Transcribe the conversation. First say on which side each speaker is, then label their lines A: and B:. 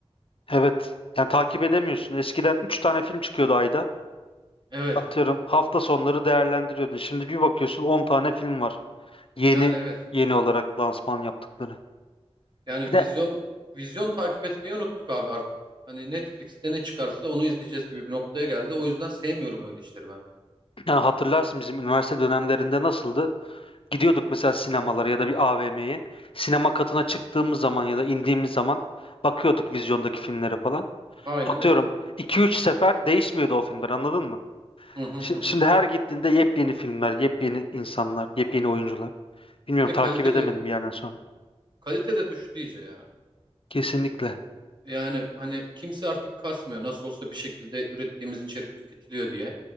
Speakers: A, on the left; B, on the right.
A: evet. Yani takip edemiyorsun. Eskiden 3 tane film çıkıyordu ayda.
B: Evet
A: Atıyorum hafta sonları değerlendiriyordun. Şimdi bir bakıyorsun 10 tane film var. Yeni
B: yani evet.
A: yeni olarak lansman yaptıkları.
B: Yani
A: Bir de
B: vizyon vizyon takip etmeyi unuttuk abi artık. Hani Netflix'te ne çıkarsa onu izleyeceğiz gibi bir noktaya geldi. O yüzden sevmiyorum öyle işleri ben.
A: <clears throat> ya hatırlarsın bizim üniversite dönemlerinde nasıldı? Gidiyorduk mesela sinemalara ya da bir AVM'ye. Sinema katına çıktığımız zaman ya da indiğimiz zaman bakıyorduk vizyondaki filmlere falan.
B: Aynen
A: Atıyorum
B: öyle.
A: 2 üç sefer değişmiyordu o filmler anladın mı?
B: Hı hı
A: Şi-
B: hı. hı.
A: Şimdi, her gittiğinde yepyeni filmler, yepyeni insanlar, yepyeni oyuncular. Bilmiyorum
B: Bir de
A: takip
B: kalitede
A: edemedim bir yerden sonra.
B: Kalite de düştü iyice ya.
A: Kesinlikle.
B: Yani hani kimse artık kasmıyor. Nasıl olsa bir şekilde ürettiğimiz içerik tüketiliyor diye.